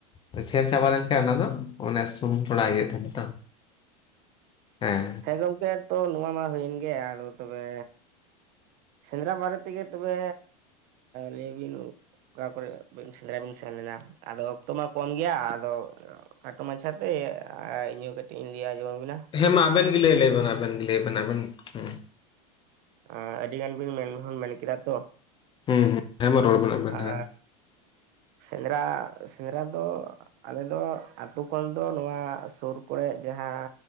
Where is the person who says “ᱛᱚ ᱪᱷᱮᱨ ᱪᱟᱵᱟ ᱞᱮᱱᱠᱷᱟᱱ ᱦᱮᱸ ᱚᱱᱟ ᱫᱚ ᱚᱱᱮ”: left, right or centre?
Left